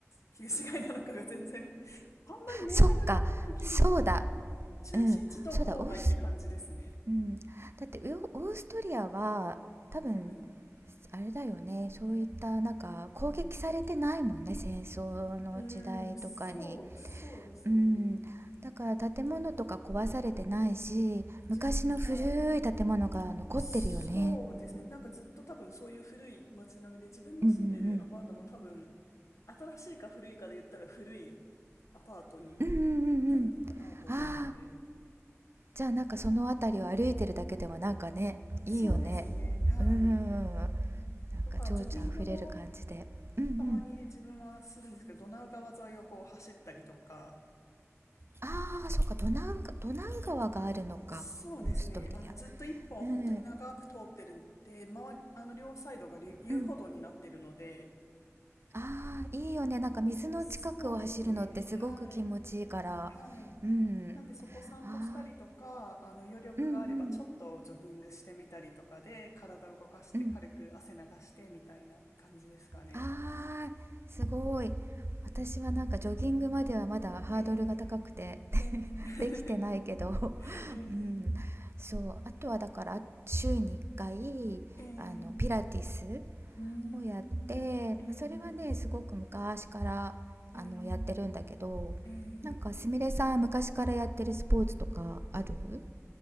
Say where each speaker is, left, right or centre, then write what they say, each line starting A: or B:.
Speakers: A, on the left (about 80°); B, on the right (about 55°).
A: 旧市街なのかが全然 <laughs>、あんまり明確な区切りが、
B: そっか、そうだ。
A: 中心地と郊外って感じですね。
B: うん。そうだ、オースうん。だってウオーストリアは多分
A: はい。
B: あれだよね、そういったなんか攻撃されてないもんね、戦争の時代とかに。
A: うーん、そう、そうですね。
B: うん、だから建物とか壊されてないし、
A: じ、
B: 昔の古い建物が残ってるよね。
A: はい。そうですね。なんかずっと多分そういう古い街並みで、自分の住んでるアパートも多分、
B: うんうん
A: 新しいか古いかで言ったら古いアパートに
B: うん。うんうんうんうん。
A: なるのかなと思うので。
B: ああ、じゃあなんかその辺りを歩いてるだけでもなんかね、いいよね。
A: そうですね。はい。
B: うんうんうんなん
A: とか、
B: か情緒あふれる感じで。
A: ジョギングも
B: うんうん。
A: たまに自分はするんですけど、ドナウ川沿いをこう走ったりとか、
B: ああ、そっか、ドナウが、ドナウ川があるのか、
A: そうですね。
B: オーストリア。
A: あの、ずっと一本本当に長く通ってるんで、
B: うん、
A: まあの、両サイドがり遊歩道になってるので、
B: うん。ああ、いいよね。なんか水の近くを走るのってすごく気持ちいいから。
A: そうですね。はい。はい。
B: うん。
A: なんでそこ散歩したりとか、
B: ああ、
A: あの余力があればちょっとジョギングしてみたりとかで、
B: うんうん、
A: 体を動かして軽く汗流してみたいな感じですかね。
B: うん。ああ、すごい。私はなんかジョギングまではまだハードルが高くて
A: ええええ
B: <laughs> できてないけど
A: <laughs> ええ
B: うん、そう、あとはだから週に1回あのピラティス
A: ええうーん
B: をやって、
A: ええ
B: まあ、それはね、すごく昔からあのやってるんだけど、
A: えええ
B: なんかすみれさん昔からやってるスポーツとかある
A: え